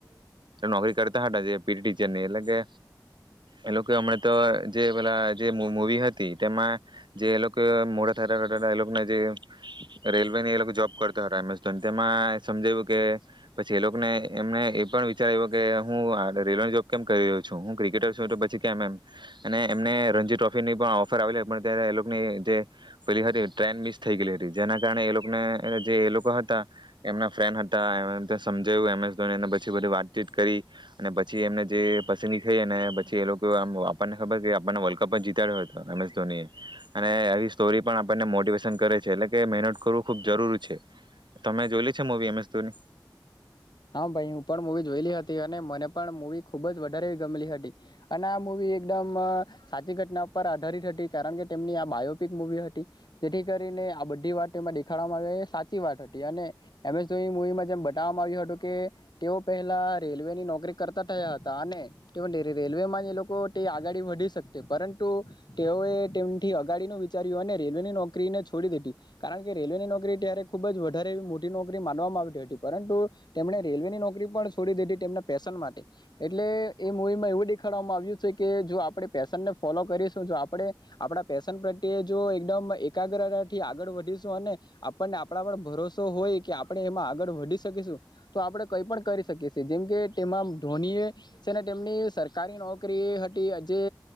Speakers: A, on the right; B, on the left.
A: નોકરી કરતા હતા જે પીટી ટીચરની એટલે કે એ લોકો હમણાં તો જે પેલા જે મુવી હતી તેમાં જે એ લોકો મોટા થતા થતા એ લોકને જે રેલવેની એ જોબ કરતા હતા એમ એસ ધોની. તેમાં સમજાવ્યું કે પછી એ લોકોને એમને એ પણ વિચાર્યો કે હું રેલવે જોબ કેમ કરી રહ્યો છું. હું ક્રિકેટર છું તો પછી કેમ એમ અને એમને ટ્રોફી ની પણ ઓફર આવેલી પણ ત્યારે એ લોકોની જે પેલી હતી ટ્રેન મિસ થઈ ગઈ હતી. જેના કારણે એ લોકોને જે એ લોકો હતા એમના ફ્રેન્ડ હતા એ સમજાવ્યું એમ એસ ધોનીને. પછી વાતચીત કરી અને પછી એમને જે પસંદગી થઈઅને પછી એ લોકો આપણને ખબર આપને વલ્ કપ જીતાડ્યો હતો એમસ ધોની એ અને આવી સ્ટોરી પણ આપણને મોટિવેશન કરે છે એટલે કે મહેનત કરવું ખુબ જરૂરી છે. તમે જોઈલી છે મૂવી એમસ ધોની
B: હા ભાઈ હું પણ મૂવી જોયેલી હતી. અને મને પણ મૂવી ખુબ જ વધારે ગમેલી હતી. અને આ મૂવી એકદમ સાચી ઘટના પર આધારિત હતી કારણ કે તેમની આ બાયોપિક મૂવી હતી જેથી કરીને આ બધી વાત એમાં દેખાડવામાં આવી સાચી વાત હતી અને એમસ ધોની મૂવીમાં જેમ બતાવવામાં આવ્યું હતું કે તેઓ પહેલા રેલવે ની નોકરી કરતા થયા હતા. અને રેલવેમાં જે લોકો તે આગાડી વધી શકતે. પરંતુ તેઓએ તેમથી અગાડીનુ વિચાર્યું અને રેલવેની નોકરીને છોડી દીધી. કારણ કે રેલવેની નોકરી ત્યારે ખુબ જ વધારે મોટી નોકરી માનવામાં આવતી હતી પરંતુ તેમણે રેલવેની નોકરી પણ છોડી દીધી તેમના પેશન માટે એટલે એ મૂવીમાં એવું દેખાડવામાં આવ્યું છે કે જો આપણે પેશનને ફોલો કરીશું જો આપણે આપણા પેશન પ્રત્યે જો એકદમ એકાગ્રતાથી આગળ વધીશું અને આપણને આપણા પણ ભરોસો હોય કે આપણે એમાં આગળ વધી શકીશું તો આપણે કઈ પણ કરી શકીએ છીએ. જેમ કે તેમાં ધોનીએ છે ને તેમની સરકારી નોકરી હતી. જે